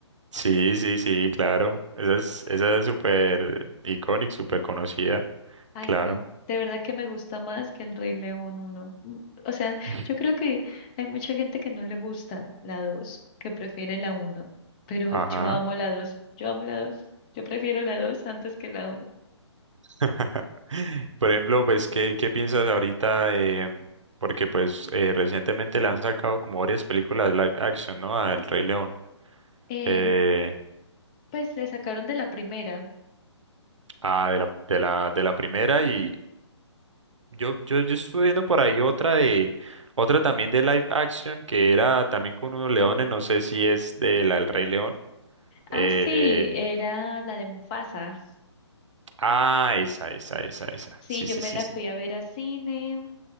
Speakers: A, on the right; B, on the left.
A: Sí, sí, sí, claro. Esa es, esa es súper icónica, súper conocida,
B: Ay,
A: claro.
B: no, de verdad que me gusta más que el Rey León uno. Mm, O sea,
A: <laughs>
B: yo creo que hay mucha gente que no le gusta la dos, que prefiere la uno. pero
A: Ajá.
B: yo amo la dos, yo amo la dos, yo prefiero la dos antes que la uno.
A: <laughs> Por ejemplo, pues, ¿qué, qué piensas ahorita? em, porque pues eh, recientemente le han sacado como varias películas live action, ¿no? Al Rey León.
B: Eh,
A: Eh,
B: pues le sacaron de la primera.
A: ah, de la, de la, de la primera y yo, yo, yo estuve viendo por ahí otra de, otra también de live action que era también con unos leones, no sé si es de la del Rey León. Eh,
B: Ah, sí, era la de Mufasa.
A: ah, esa, esa, esa, esa.
B: Sí,
A: Sí,
B: yo
A: sí,
B: me
A: sí,
B: la
A: sí.
B: fui a ver a cine.